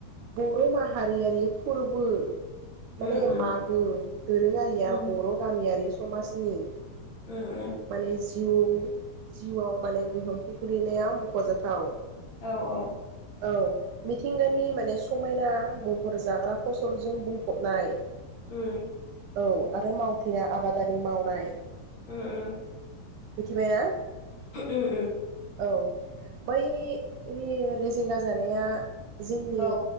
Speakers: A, on the right (about 75°); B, on the left (about 35°).
A: बर' माहारियारि फोरबो
B: उम
A: माने
B: उम
A: मागो दोरोङारिया
B: उम
A: बर' गामियारि समाजनि
B: उम उम।
A: माने जिउ जिउआव माने गोहोम खोख्लैनायाव फजाथाव
B: औ औ।
A: औ मिथिंगानि माने समायना महर जाग्रा फसलजों बुंफबनाय
B: उम।
A: औ आरो मावथिना आबादारि मावनाय।
B: उम उम।
A: मिथिबायना?
B: उम उम।
A: औ बै रे-रेजेंगा जानाया जोंनि
B: औ